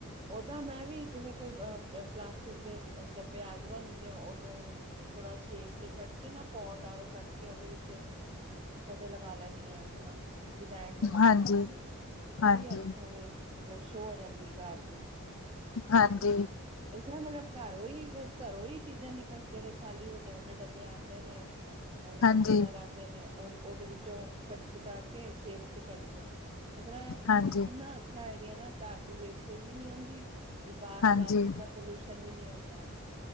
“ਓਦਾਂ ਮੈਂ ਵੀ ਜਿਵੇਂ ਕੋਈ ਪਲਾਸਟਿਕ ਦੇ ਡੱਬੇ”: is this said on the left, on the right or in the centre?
Right